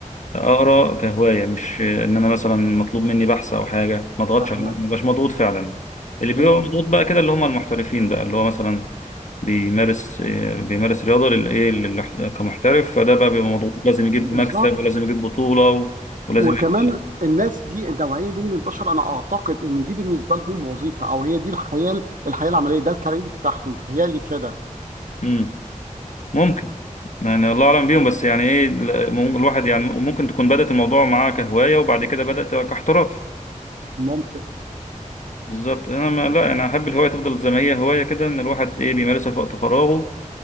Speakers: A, on the left; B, on the right.
A: اقرا كهوايه مش ان انا مثلا مطلوب مني بحث او حاجه ما اضغطش
B: فاهمك
A: عليه، ما بقاش مضغوط فعلا اللي
B: حلوة
A: بيبقى مضغوط بقى كده اللي هم المحترفين بقى اللي هو مثلا بيمارس آه، بيمارس رياضه للايه للاح- كمحترف فده بقى بيبقى مضغوط لازم يجيب
B: بالظبط
A: مكسب ولازم يجيب بطوله و... ولازم
B: وكمان
A: يبقى
B: الناس دي النوعيه دي من البشر انا اعتقد ان دي بالنسبه لهم وظيفه او هي دي الحياه الحياه العمليه ده الكارير بتاعهم بتهيألي كده
A: مم. ممكن يعني الله اعلم بيهم بس يعني ايه ال- مم- الواحد يعني ممكن تكون بدات الموضوع معاه كهوايه وبعد كده بدات كاحتراف
B: ممكن
A: بالظبط انا ما لا انا احب الهوايه تفضل زي ما هي هوايه كده ان الواحد ايه بيمارسها في وقت فراغه